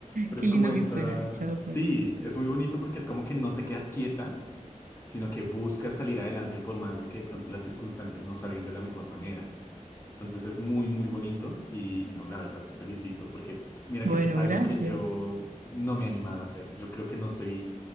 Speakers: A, on the left (about 20°); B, on the right (about 85°).
A: pero
B: qué
A: es
B: lindo
A: como esa.
B: que suena, el chavo.
A: Sí,
B: Bueno,
A: es muy bonito porque es como que no te quedas quieta, sino que buscas salir adelante por más de que de pronto las circunstancias no salgan de la mejor manera. Entonces es muy, muy bonito y, y no, la verdad te felicito porque mira
B: Bueno,
A: que eso es algo
B: gracias.
A: que yo no me he animado a hacer. Yo creo que no soy